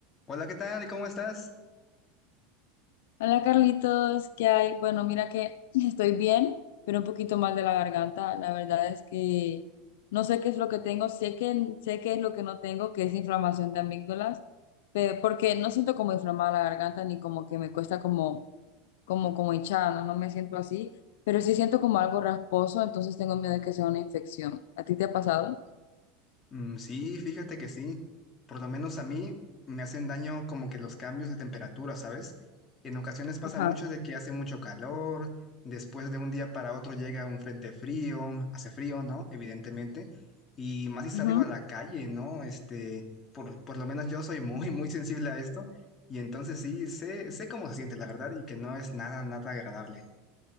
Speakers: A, on the left; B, on the left.
A: Hola, ¿qué tal? ¿Cómo estás?
B: Hola Carlitos, ¿qué hay? Bueno, mira que <laughs> estoy bien, pero un poquito mal de la garganta. La verdad es que no sé qué es lo que tengo, sé que sé qué es lo que no tengo, que es inflamación de amígdalas, pero porque no siento como inflamada la garganta ni como que me cuesta como como como hinchada, no, no me siento así, pero sí siento como algo rasposo, entonces tengo miedo de que sea una infección. ¿A ti te ha pasado?
A: Mm, sí, fíjate que sí. Por lo menos a mí me hacen daño como que los cambios de temperatura, ¿sabes? En ocasiones pasa
B: Ajá.
A: mucho de que hace mucho calor, después de un día para otro llega un frente frío, hace frío, ¿no? Evidentemente. Y más si salgo
B: Ujú.
A: a la calle, ¿no? Este, por, por lo menos yo soy muy, <laughs> muy sensible a esto. Y entonces sí, sé, sé cómo se siente, la verdad, y que no es nada, nada agradable.